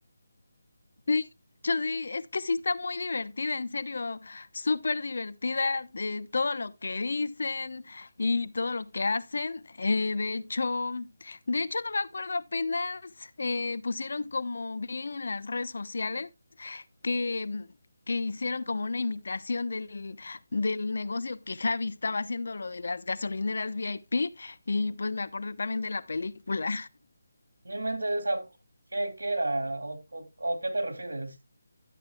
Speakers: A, on the left (about 75°); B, on the right (about 80°).
A: Sí, Lucho, sí, es que sí está muy divertida, en serio, súper divertida, eh, todo lo que dicen y todo lo que hacen. Eh, de hecho, de hecho no me acuerdo apenas eh, pusieron como bien en las redes sociales. que, que hicieron como una imitación del, del negocio que Javi estaba haciendo, lo de las gasolineras VIP, y pues me acordé también de la película.
B: Mi mente esa, ¿qué, qué era? ¿O, o, o qué te refieres?